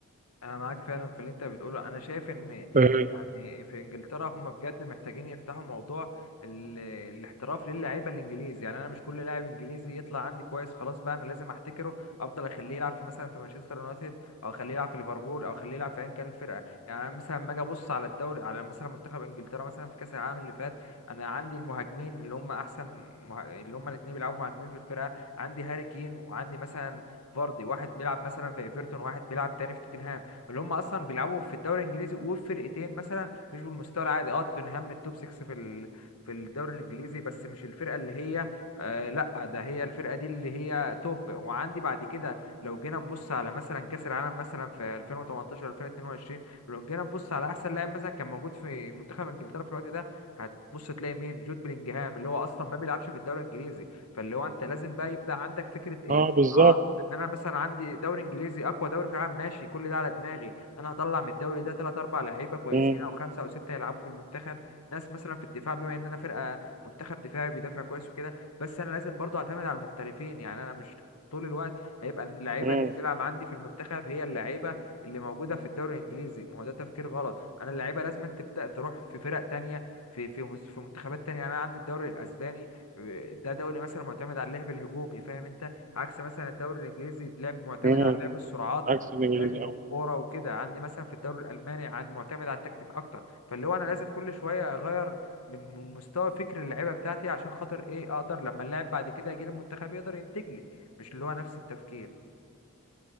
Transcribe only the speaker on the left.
انا معاك فعلا في اللي انت بتقوله انا شايف ان
يعني في انجلترا هم بجد محتاجين يفتحوا موضوع ال... الاحتراف للاعيبه الانجليزي يعني انا مش كل لاعب انجليزي يطلع عندي كويس خلاص بقى انا لازم احتكره افضل اخليه يلعب في مثلا في مانشستر يونايتد او اخليه يلعب في ليفربول او اخليه يلعب في ايا كان الفرقه يعني انا مثلا لما اجي ابص على الدوري على مثلا منتخب انجلترا مثلا في كاس العالم اللي فات انا عندي المهاجمين اللي هم احسن مه... اللي هم الاثنين بيلعبوا مهاجمين في الفرقه عندي هاري كين وعندي مثلا فاردي واحد بيلعب مثلا في ايفرتون واحد بيلعب تاني في توتنهام اللي هم اصلا بيلعبوا في الدوري الانجليزي وفرقتين مثلا مش بالمستوى العادي اه توتنهام التوب 6 في ال... في الدوري الانجليزي بس مش الفرقه اللي هي آه لا ده هي الفرقه دي اللي هي توب وعندي بعد كده لو جينا نبص على مثلا كاس العالم مثلا في 2018 2022 لو جينا نبص على احسن لاعب مثلا كان موجود في منتخب انجلترا في الوقت ده هتبص تلاقي مين جود بلينجهام اللي هو اصلا ما بيلعبش في الدوري الانجليزي فاللي هو انت لازم بقى يبدا عندك فكره ايه
اه ان انا مثلا عندي دوري انجليزي اقوى دوري في العالم ماشي كل ده على دماغي انا هطلع من الدوري ده ثلاث اربع لعيبه كويسين
او خمسه او سته يلعبوا في المنتخب ناس مثلا في الدفاع بما ان انا فرقه منتخب دفاعي بيدافع كويس وكده بس انا لازم برضه اعتمد على المحترفين يعني انا مش طول الوقت هيبقى اللعيبه
اللي بتلعب عندي في المنتخب هي اللعيبه اللي موجوده في الدوري الانجليزي ما هو ده تفكير غلط انا اللعيبه لازم تبدا تروح في فرق تانية في في مس- في منتخبات تانية يعني انا عندي الدوري الاسباني آه، ده دوري مثلا معتمد على اللعب الهجومي فاهم انت عكس مثلا الدوري الانجليزي لعب معتمد
على لعب السرعات
والجري
والكوره وكده عندي مثلا في الدوري الالماني عن معتمد على التكتيك اكتر فاللي هو انا لازم كل شويه اغير من من مستوى فكر اللعيبه بتاعتي عشان خاطر ايه اقدر لما اللاعب بعد كده يجي المنتخب يقدر ينتج لي مش اللي هو نفس التفكير